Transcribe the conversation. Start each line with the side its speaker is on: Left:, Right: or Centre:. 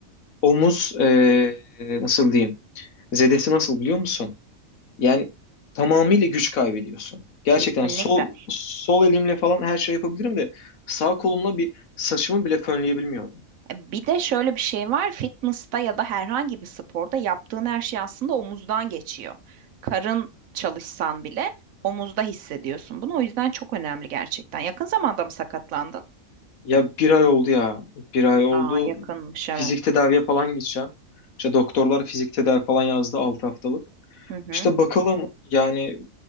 Left: omuz e, nasıl diyeyim? Zedesi nasıl biliyor musun? Yani tamamıyla güç kaybediyorsun. Gerçekten
Right: Kesinlikle.
Left: sol sol elimle falan her şey yapabilirim de sağ kolumla bir saçımı bile fönleyebilmiyorum.
Right: Bir de şöyle bir şey var. Fitness'ta ya da herhangi bir sporda yaptığın her şey aslında omuzdan geçiyor. Karın çalışsan bile omuzda hissediyorsun bunu. O yüzden çok önemli gerçekten. Yakın zamanda mı sakatlandın?
Left: Ya bir ay oldu ya. Bir ay oldu.
Right: Aa yakınmış
Left: Fizik
Right: evet.
Left: tedaviye falan gideceğim. İşte doktorlar fizik tedavi falan yazdı 6 haftalık.
Right: Hı hı.
Left: İşte bakalım yani